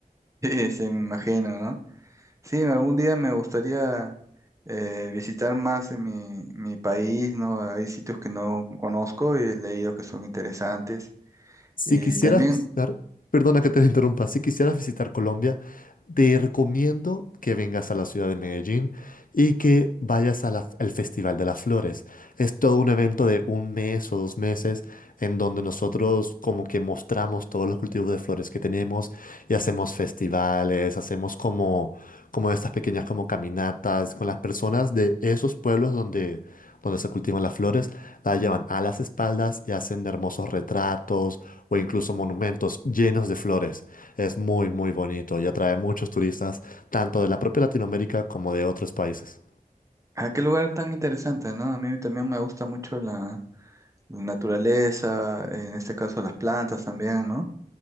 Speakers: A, on the right; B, on the left.
A: Sí, sí me imagino, ¿no? Sí, algún día me gustaría eh, visitar más en mi, mi país, ¿no? Hay sitios que no conozco y he leído que son interesantes.
B: Si
A: Y
B: quisieras
A: también,
B: visitar, perdona que te <laughs> interrumpa, si quisieras visitar Colombia, te recomiendo que vengas a la ciudad de Medellín y que vayas a la- al Festival de las Flores. Es todo un evento de un mes o dos meses en donde nosotros como que mostramos todos los cultivos de flores que tenemos y hacemos festivales, hacemos como, como estas pequeñas como caminatas con las personas de esos pueblos donde, donde se cultivan las flores, las llevan a las espaldas y hacen hermosos retratos o incluso monumentos llenos de flores. Es muy, muy bonito y atrae muchos turistas, tanto de la propia Latinoamérica como de otros países.
A: ¿a qué lugar tan interesante, ¿no? A mí también me gusta mucho la, la naturaleza, en este caso las plantas también, ¿no?